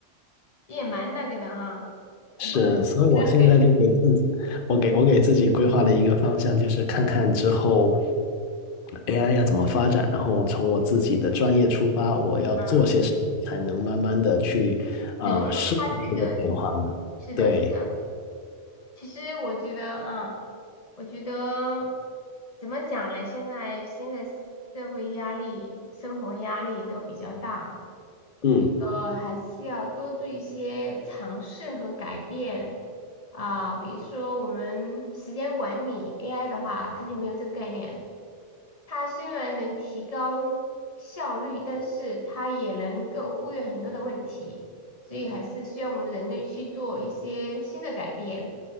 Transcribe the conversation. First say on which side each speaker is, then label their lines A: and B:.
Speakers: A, on the left; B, on the left.
A: 也蛮那个的哈，也不可思议的感觉
B: 是，所以我现在就给自己，我给我给自己规划了一个方向，就是看看之后 AI 要怎么发展，然后从我自己的专业出发，我要做些什么，
A: 啊，
B: 才能慢慢的去啊、
A: 融入它这个，
B: 呃适应这个变化呢？
A: 是的，
B: 对，
A: 是的，其实我觉得，啊，我觉得怎么讲嘞？现在现在社会压力、生活压力都比较大，
B: 嗯，
A: 呃，还是要多做一些尝试和改变啊，比如说我们时间管理 AI 的话，它就没有这个概念。它虽然能提高效率，但是它也能够忽略很多的问题，所以还是需要我们人类去做一些新的改变